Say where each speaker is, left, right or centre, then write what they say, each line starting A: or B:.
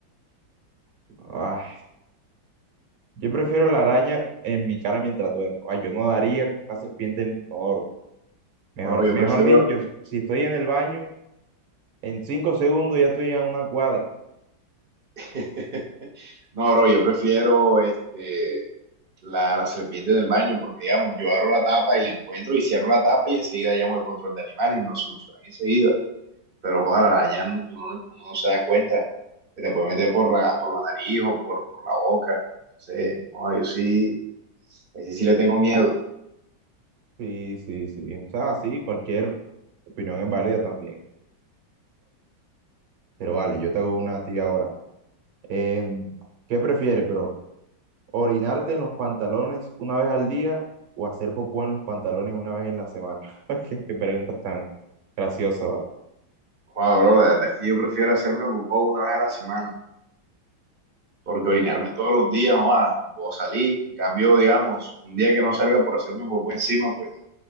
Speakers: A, on the right; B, on the right.
A: ay, Yo prefiero la araña en mi cara mientras duermo. Ah, yo no daría con una serpiente en el inodoro. Mejor,
B: bro, yo
A: mejor
B: prefiero,
A: dicho, si estoy en el baño, en cinco segundos ya estoy a una cuadra.
B: <laughs> no, bro, yo prefiero este, la, la serpiente en el baño porque, digamos, yo abro la tapa y la encuentro y cierro la tapa y enseguida llamo al control de animales y me lo solucionan enseguida. Pero, joder, la araña uno, no- uno no se da cuenta. Se te puede meter por la, por la nariz o por, por la boca. Sí, joda, yo sí, ese sí le tengo miedo.
A: Sí, sí, sí. O sea, sí, cualquier opinión es válida también. Pero vale, yo te hago una a ti ahora. Em, ¿qué prefieres, bro? ¿Orinarte en los pantalones una vez al día o hacer popó en los pantalones una vez en la semana? <laughs> Qué, qué preguntas tan graciosas, ¿vale?
B: Joder, bro, la verdad es que yo prefiero hacerme popó una vez a la semana, porque orinarme todos los días, joder, no puedo salir. En cambio, digamos, un día que no salga por hacerme popó encima, pues